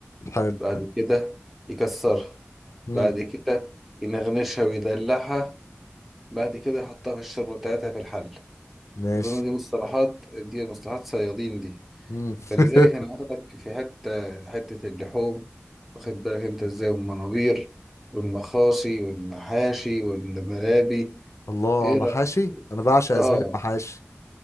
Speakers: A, on the left; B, in the centre.
A: حلو
B: بعد كده يكسرها
A: مم.
B: بعد كده ينغنشها ويدلعها بعد كده يحطها في الشوربة بتاعتها في الحل
A: ماشي
B: أظن دي مصطلحات دي مصطلحات صيادين دي
A: مم.
B: فلذلك
A: <laughs>
B: أنا واخدك في حتة حتة اللحوم واخد بالك أنت إزاي والمنابير والمخاصي والمحاشي والملابي
A: الله
B: إيه
A: محاشي
B: رأيك؟
A: انا بعشق
B: اه
A: يا زميلي المحاشي